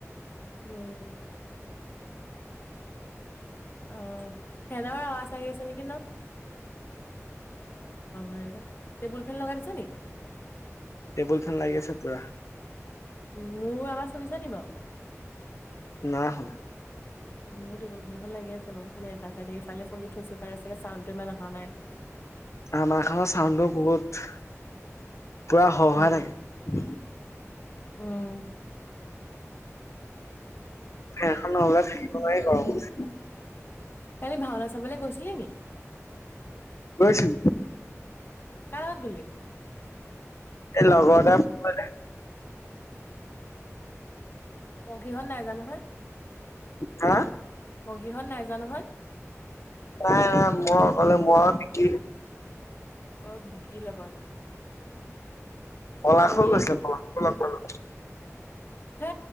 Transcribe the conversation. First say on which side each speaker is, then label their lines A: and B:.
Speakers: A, on the left; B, on the left.
A: উম অ', ফেনৰ আৱাজ আহি আছে নেকি ন? অ' হয়? নে টেবুল ফেন লগাই থৈছ নি?
B: টেবুল ফেন লাগি আছে পুৰা
A: মোৰ আবাজ শুনিছ নি বাৰু?
B: নাই শুনা।
A: মোৰ টেবুল ফনখন লাগি আছে বাৰু। খালি এটা চাইডে ইফালে ফোনটো থৈছোঁ কাৰণে চাগে চাউণ্ডটো ইমান অহা নাই।
B: আমাৰখানৰ চাউণ্ডটো বহুত। পুৰা সহায়
A: উম,
B: থাকে।
A: উম।
B: ফেনখন ন'হলে থাকিব নোৱাৰি গৰমত।
A: কালি ভাওনা চাবলৈ গৈছিলি নি?
B: গৈছোঁ।
A: কাৰ লগত গুলি?
B: এই লগৰ এটাই ফোন কৰিলে
A: পংখীহত নাই যোৱা নহয়?
B: হা?
A: পংখীহত নাই যোৱা নহয়?
B: নাই নাই মই অকলে মই বিকি
A: অহ বিকিৰ লগত।
B: পলাশো
A: হেৰি
B: গৈছে পলাশকো লগ পালো
A: হে